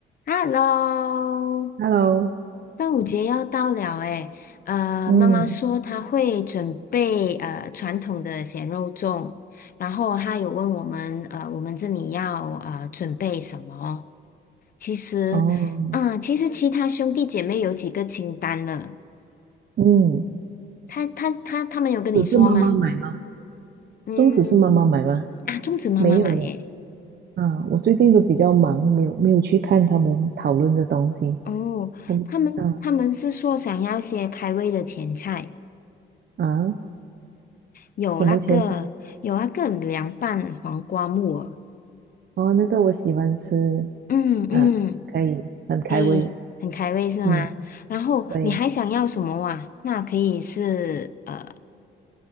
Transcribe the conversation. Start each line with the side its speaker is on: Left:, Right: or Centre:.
Left: Hello，
Right: Hello，
Left: 端午节要到了诶，呃，
Right: 嗯，
Left: 妈妈说她会准备呃传统的咸肉粽，然后她有问我们呃我们这里要呃准备什么？其实，
Right: 哦，
Left: 嗯、其实其他兄弟姐妹有几个清单了，
Right: 嗯，
Left: 他他他他们有跟你说吗？
Right: 只是妈妈买吗？
Left: 嗯，
Right: 粽子是妈妈买吗？
Left: 啊，粽子妈妈买耶，
Right: 没有嘞，啊，我最近都比较忙，没有没有去看他们讨论的东西。
Left: 哦，
Right: 我们啊
Left: 他们他们是说想要一些开胃的前菜。
Right: 啊，
Left: 有那个有那个凉拌黄瓜木耳，
Right: 什么前菜？哦，那个我喜欢吃，
Left: 嗯嗯，
Right: 啊，可以，很开胃。
Left: 可以很开胃是吗？
Right: 嗯，
Left: 然后你还想要什么哇？
Right: 对，
Left: 那可以是呃，